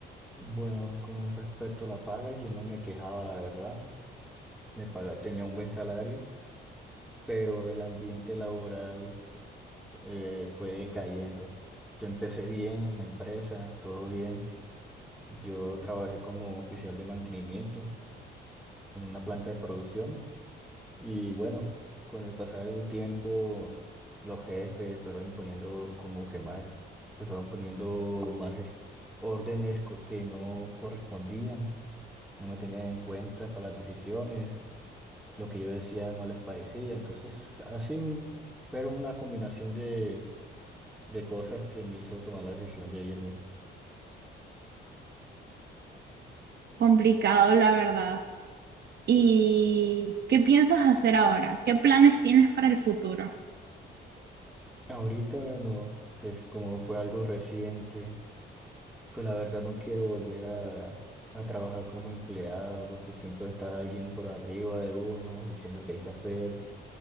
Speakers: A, in the centre; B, on the right (about 55°).
A: Bueno, con respecto a la paga, yo no me quejaba, la verdad. Me pagaba, tenía un buen salario, pero el ambiente laboral eh, fue decayendo. Yo empecé bien en la empresa, todo bien Yo trabajé como oficial de mantenimiento en una planta de producción y bueno, con el pasar del tiempo los jefes fueron imponiendo como que más, se fueron poniendo más es- órdenes co- que no correspondían, no me tenían en cuenta para las decisiones, lo que yo decía no les parecía, entonces así un- fueron una combinación de, de cosas que me hizo tomar la decisión de irme.
B: Complicado, la verdad. ¿Y qué piensas hacer ahora? ¿Qué planes tienes para el futuro?
A: Ahorita no, pues como fue algo reciente. Pues la verdad no quiero volver a, a trabajar como empleado porque siempre está alguien por arriba de uno diciendo que hay que hacer